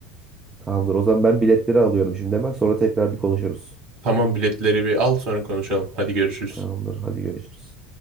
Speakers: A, on the right; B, on the right.
A: Tamamdır. O zaman ben biletleri alıyorum şimdi hemen. Sonra tekrar bir konuşuruz.
B: Tamam biletleri bir al sonra konuşalım. Hadi görüşürüz.
A: Tamamdır. Hadi görüşürüz.